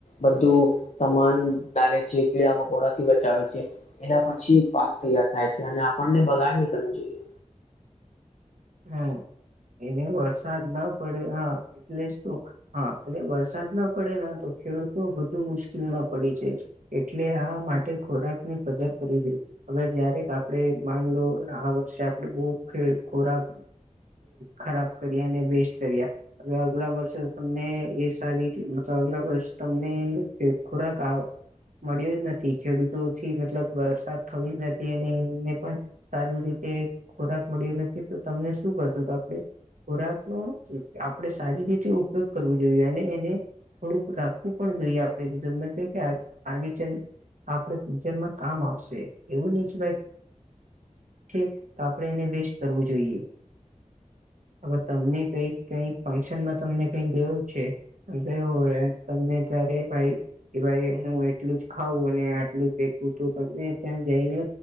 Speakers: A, on the left (about 60°); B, on the right (about 80°).
A: બધું સમાન ડાલે છે. કીડા મકોડા થી બચાવે છે. એના પછી પાક તૈયાર થાય છે. અને આપણને બગાડ ની કરવું જોઈએ.
B: હમ એને વરસાદ ના પડે હા એટલે જ તો હા એટલે વરસાદ ના પડે તો ખેડૂતો વધુ મુશ્કેલમાં પડે છે. એટલે આ માટે ખોરાક ની કદર કરવી જોઇએ. હવે જયારે આપણે માન લો આ વર્ષે આપડે બહુ ખોરાક ખરાબ કર્યા અને વેસ્ટ કર્યા. હવે આગલા વર્ષે તમને એ સારી મતલબ આગલા વર્ષ તમને ખોરાક મળ્યો જ નથી ખેડૂતોથી મતલબ વરસાદ થયો જ નથી અને એમને પણ સારી રીતે ખોરાક મળ્યો નથી તો તમને શું કરશું તો આપણે ખોરાકનો આપણેે સારી રીતે ઉપયોગ કરવો જોઈએ અને એને થોડુંક રાખવું પણ જોઈએ આપણે મેં કે આગે ચલે આપડે ફ્યૂચરમાં કામ આવશે એવું નહીં ભાઈ છે. તો આપણે એને વેસ્ટ કરવું જોઈએ. હવે તમને કઈક કઈક ફંક્શનમાં તમને કઈ દેવું છે. હવે હોય અને તમે ત્યારે ભાઈ કે ભાઈ હું એટલું જ ખાવઉં અને આટલું જ ફેકું તો તમને ત્યાં જઈને